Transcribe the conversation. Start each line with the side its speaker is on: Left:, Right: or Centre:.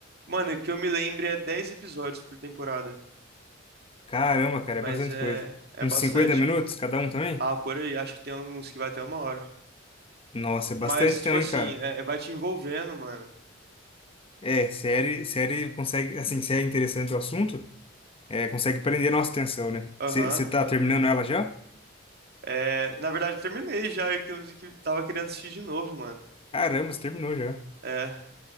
Right: Mano, que eu me lembre é 10 episódios por temporada.
Left: Caramba, cara,
Right: Mas
Left: é bastante
Right: é,
Left: coisa.
Right: é
Left: Uns
Right: bastante,
Left: 50 minutos
Right: mano.
Left: cada um também?
Right: Ah, por aí, acho que tem uns que vai até uma hora.
Left: Nossa, é bastante
Right: Mas, tipo
Left: também,
Right: assim,
Left: cara.
Right: é, é, vai te envolvendo, mano.
Left: É, série, série consegue, assim, se é interessante o assunto, é, consegue prender nossa atenção, né?
Right: Aham.
Left: Você tá terminando ela já?
Right: É, na verdade, eu terminei já, é que eu vi que tava querendo assistir de novo, mano.
Left: Caramba, você terminou já.
Right: É.